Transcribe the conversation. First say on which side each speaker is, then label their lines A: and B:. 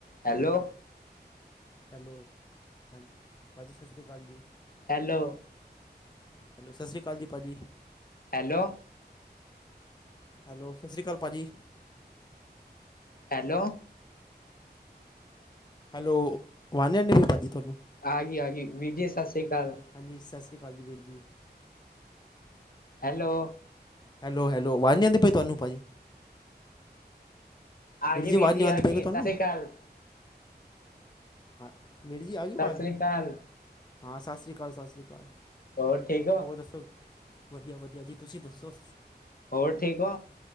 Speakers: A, on the left (about 55°); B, on the left (about 25°).
A: Hello
B: hello ਹਾਂ ਭਾਜੀ ਸਤਿ ਸ਼੍ਰੀ ਅਕਾਲ ਜੀ
A: ਹੈਲੋ
B: ਹੈਲੋ ਸਤ ਸ਼੍ਰੀ ਅਕਾਲੀ ਭਾਅ ਜੀ
A: ਹੈਲੋ।
B: ਹੈਲੋ ਸਤਿ ਸ਼੍ਰੀ ਅਕਾਲ ਭਾਜੀ
A: ਹੈਲੋ।
B: ਹੈਲੋ ਆਵਾਜ਼ ਨੀ ਆਣ ਡਈ ਭਾਜੀ ਤੁਹਾਨੂੰ।
A: ਆ ਗਈ ਆ ਗਈ ਵੀਰ ਜੀ ਸਤਿ ਸ੍ਰੀ ਅਕਾਲ
B: ਹਾਂਜੀ ਸਤਿ ਸ਼੍ਰੀ ਅਕਾਲ ਜੀ ਵੀਰ ਜੀ।
A: ਹੈਲੋ।
B: ਹੈਲੋ ਹੈਲੋ ਆਵਾਜ਼ ਨਹੀਂ ਆਉਂਦੀ ਪਈ ਤੁਹਾਨੂੰ ਭਾਜੀ
A: ਆ ਗਈ ਵੀਰ
B: ਆਵਾਜ਼
A: ਜੀ
B: ਨੀ
A: ਆਗੀ
B: ਆਂਦੀ ਪਈ ਤੁਹਾਨੂੰ
A: ਸਤਿ ਸ੍ਰੀ ਆਕਾਲ।
B: ਹਾਂ ਮੇਰੀ ਜੀ ਆ
A: ਸਤਿ
B: ਗਈ ਆਵਾਜ਼
A: ਸ੍ਰੀ ਅਕਾਲ
B: ਹਾਂ ਸਤਿ ਸ਼੍ਰੀ ਅਕਾਲ ਸਤਿ ਸ਼੍ਰੀ ਅਕਾਲ।
A: ਹੋਰ ਠੀਕ ਹੋ
B: ਹੋਰ ਦੱਸੋ ਵਧੀਆ ਵਧੀਆ ਜੀ ਤੁਸੀਂ ਦੱਸੋ?
A: ਹੋਰ ਠੀਕ ਹੋ?